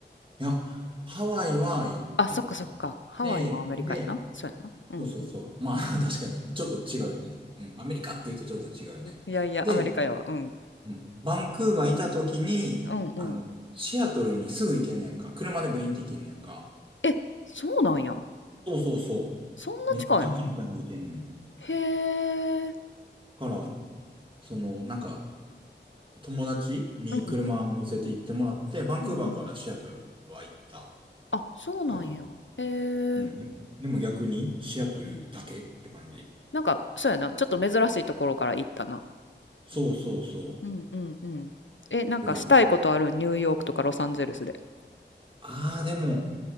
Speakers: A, on the right; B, on the left.
A: いや、ハワイは行ったことあって、
B: あ、そっかそっか。ハワイもアメリカやな。
A: で、
B: そうやな。うんうん。
A: そうそうそう。まあ、<laughs> 確かに、ちょっと違うよね。うん、アメリカって言うとちょっと違うよね。
B: いやいや、
A: で、
B: アメリカやわ。うん。
A: うんバンクーバーいた時に、
B: うんうん。
A: あの、シアトルにすぐ行けんねんか。車でブインって行けんねんか。
B: え、そうなんや。
A: そうそうそ
B: そんな近いの
A: う。めっちゃ簡単に行けんねん。
B: へえ。
A: から、その、なんか、友達に車乗せて行ってもらって、
B: うん。
A: バンクーバーからシアトルは行った。
B: うんうん。あ、そうなんや。
A: から、
B: へ
A: うん。
B: え。
A: ででも逆に、シアトルだけって感じ。
B: うん。なんか、そうやな。ちょっと珍しいところから行ったな。
A: そうそうそ
B: うんうんうん。え、なんかしたいことあるニューヨークとかロサンゼルスで。
A: う。ぐらい。ああ、でも、